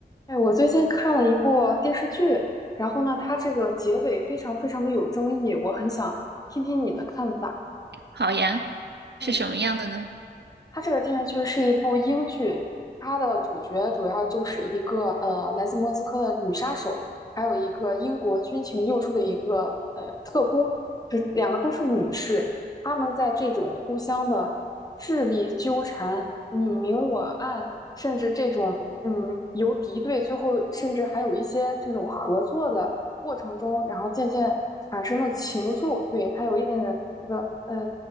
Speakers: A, on the left; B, on the right.
A: 哎，我最近看了一部电视剧，然后呢，它这个结尾非常非常的有争议，我很想听听你的看法。
B: 好呀，
A: 嗯。
B: 是什么样的呢？
A: 它这个电视剧是一部英剧，它的主角主要就是一个呃来自莫斯科的女杀手，还有一个英国军情六处的一个呃特工，这两个都是女士。她们在这种互相的智力纠缠、你明我暗，甚至这种嗯由敌对，最后甚至还有一些这种合作的过程中，然后渐渐产生了情愫。对，它有一点点这个呃。